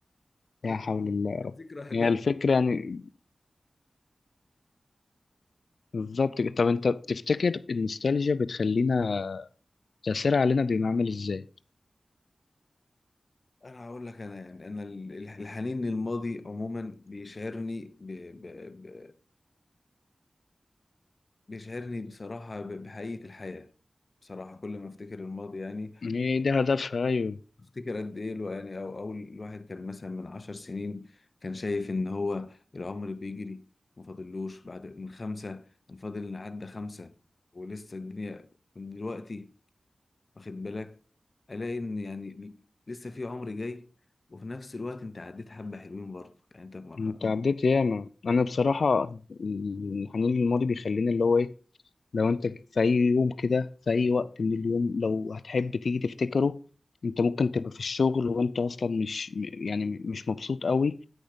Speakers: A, on the left; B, on the left.
A: لا
B: دي
A: حول الله
B: دي
A: يا
B: كانت
A: رب
B: ذكرى هباء
A: هي الفكرة يعني بالظبط كده. طب انت بتفتكر النوستالجيا بتخلينا تأثيرها علينا بيبقى عامل ازاي؟
B: انا هقول لك انا يعني انا ال- الحنين للماضي عموما بيشعرني ب... ب... ب... بيشعرني بصراحه ب... بحقيقه الحياه بصراحه كل ما افتكر الماضي يعني
A: ايه ده هدفها ايوه
B: افتكر قد ايه الو- يعني او اول الواحد كان مثلا من عشر سنين كان شايف ان هو العمر بيجري ما فاضلوش بعد من خمسه كان فاضل إن عدى خمسه ولسه الدنيا من دلوقتي واخد بالك الاقي ان يعني لسه في عمر جاي وفي نفس الوقت انت عديت حبه حلوين برضه يعني انت في مرحله
A: انت عديت
B: م-
A: ياما انا بصراحة الحنين للماضي بيخليني اللي هو ايه لو انت في اي يوم كده في اي وقت من اليوم لو هتحب تيجي تفتكره انت ممكن تبقى في الشغل وانت اصلا مش م- يعني مش مبسوط قوي